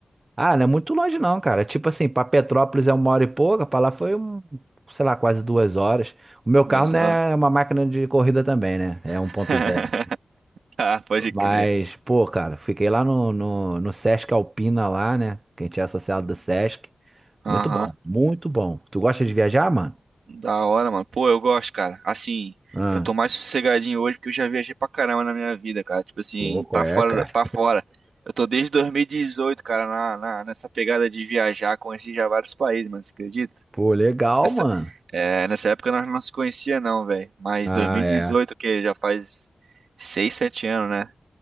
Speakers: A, on the right; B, on the right.
A: Ah, não é muito longe não, cara. É Tipo assim, pra Petrópolis é uma hora e pouca, pra lá foi um, sei lá, quase duas horas. O meu
B: Duas
A: carro não
B: horas.
A: é uma máquina de corrida também, né? É
B: <laughs>
A: um ponto zero.
B: Ah, pode
A: Mas,
B: crer.
A: pô, cara, fiquei lá no, no, no Sesc Alpina lá, né? Que a gente é associado do Sesc.
B: Aham.
A: Muito bom, muito bom. Tu gosta de viajar, mano?
B: Da hora, mano. Pô, eu gosto, cara. Assim,
A: Ah,
B: eu tô mais sossegadinho hoje porque eu já viajei pra caramba na minha vida, cara. Tipo assim,
A: pô, qual
B: pra
A: é,
B: fora,
A: cara?
B: pra fora. Eu tô desde 2018, cara, na, na- nessa pegada de viajar. Conheci já vários países, mano, você acredita?
A: Pô, legal,
B: Nessa,
A: mano.
B: é, nessa época nós não se conhecia, não, velho. Mas
A: Ah,
B: 2018,
A: é.
B: que já faz 6 7 anos, né?